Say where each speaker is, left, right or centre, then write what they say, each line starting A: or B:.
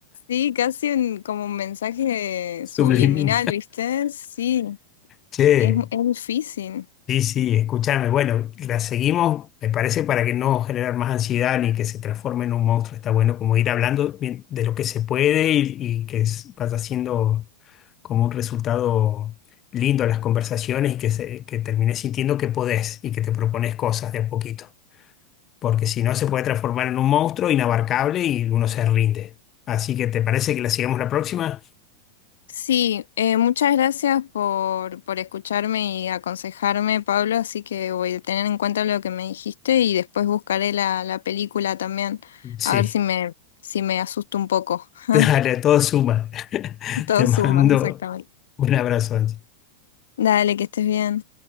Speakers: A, on the left; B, on the left.
A: sí, casi un- como un mensaje
B: Subliminal.
A: subliminal, ¿viste? Sí.
B: Che.
A: Es, mu- es difícil.
B: Sí, sí, escúchame. Bueno, la seguimos, me parece, para que no generar más ansiedad ni que se transforme en un monstruo. Está bueno como ir hablando bien de lo que se puede y, y que es- vaya siendo como un resultado lindo a las conversaciones y que, se, que termines sintiendo que podés y que te propones cosas de a poquito. Porque si no, se puede transformar en un monstruo inabarcable y uno se rinde. Así que, ¿te parece que la sigamos la próxima?
A: Sí, eh, muchas gracias por, por escucharme y aconsejarme, Pablo, así que voy a tener en cuenta lo que me dijiste y después buscaré la, la película también,
B: Sí,
A: a ver si me, si me asusto un poco.
B: <laughs>
A: <laughs>
B: dale, todo suma. <laughs>
A: Todo
B: Te mando
A: suma, exactamente.
B: un abrazo, Angie.
A: Dale, que estés bien.